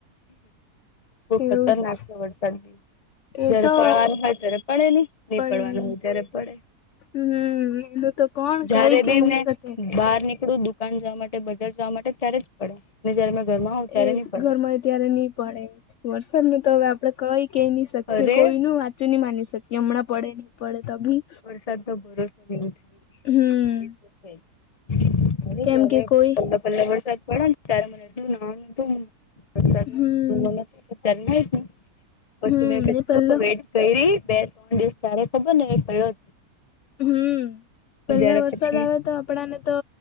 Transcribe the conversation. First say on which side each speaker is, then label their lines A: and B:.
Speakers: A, on the left (about 30°); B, on the left (about 65°).
A: બહ ખતરનાક
B: એવું જ
A: છે વરસાદની
B: એ
A: જયારે
B: તો
A: પડવાનું હોય ત્યારે પડે નહી નહીં
B: પણ
A: પડવાનું હોય ત્યારે પડે.
B: હમ એલું તો કોણ
A: જયારે
B: કઈ કઈ
A: બી મેં
B: ની શકે.
A: બહાર નીકળું દુકાન જવા માટે બજાર જવા માટે ત્યારે જ પડે ને જયારે મેં ઘરમાં હોઉં ત્યારે
B: એજ
A: ની પડે.
B: ઘરમાં ત્યારે ની પડે જ વરસાદનું તો હવે આપડે કઈ કે ની
A: પડે
B: શકીએ કોઈનું
A: અરે
B: વાત સાચું ની માની શકીએ હમણાં પડે ની પડે તો બી
A: વરસાદ નો ભરોસો ની થાય.
B: હમ
A: એતો છે, <unintelligible> અરે
B: કેમ
A: જ્યારે
B: કે કોઈ
A: પેલો પેલો વરસાદ પડ્યોન ત્યારે મને એટલું નાવાનું હતું. વરસાદમાં
B: હમ
A: નાવનું મન હતું <unintelligible> પછી
B: હમ
A: મેં કેટલો
B: ને પેલો
A: વેટ કૈરી બે ત્રણ દિવસ ત્યારે ખબર ને પૈડા
B: હમ, પેલા
A: જયારે
B: વરસાદ
A: પછી
B: આવે તો આપડા ને તો